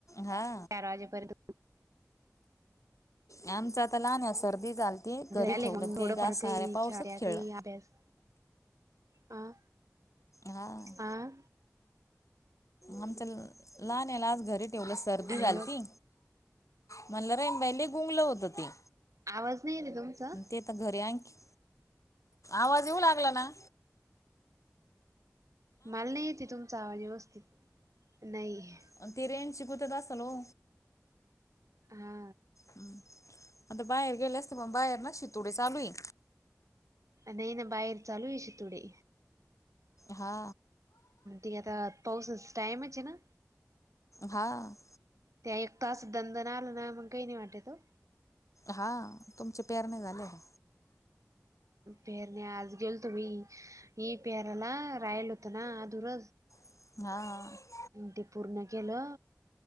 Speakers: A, on the left; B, on the right.
A: हा.
B: राजे पर्यंत
A: आमचं आता लहान आहे सर्दी चालते घरी
B: आले
A: ठेवलं
B: मग थोडं
A: ते गास
B: फार
A: साऱ्या
B: काही
A: पावसच
B: खेळत्या
A: खेळलं.
B: काही अभ्यास अ
A: हा
B: अ
A: आमच्या लहान ह्याला आज घरी ठेवलस. सर्दी
B: हॅलो
A: झालती म्हणलं रे बई लई गुंगलं होतं ते.
B: आवाज नाय आली तुमचा.
A: आणि ते तर आणखी आवाज येऊ लागला ना?
B: मला नाही येते तुमचा आवाज व्यवस्थित नाही.
A: आणि ते रेंजची गुतथ असल हो.
B: हा.
A: हम्म, आता बाहेर गेले असते पण बाहेर ना शितुडी चालूयी.
B: नाही ना बाहेर चालू आहे शितुडी.
A: हा.
B: त आता पाऊसच टाइमच आहे ना.
A: हां.
B: त्या एक तास दंद नाही आला ना मग काही नाही वाटत तो
A: हा तुमचे प्यारने झाले आहे.
B: पेरने आज गेलतो म ह पेरला रायल होतं ना अ दुर
A: हा.
B: ते पूर्ण केलं.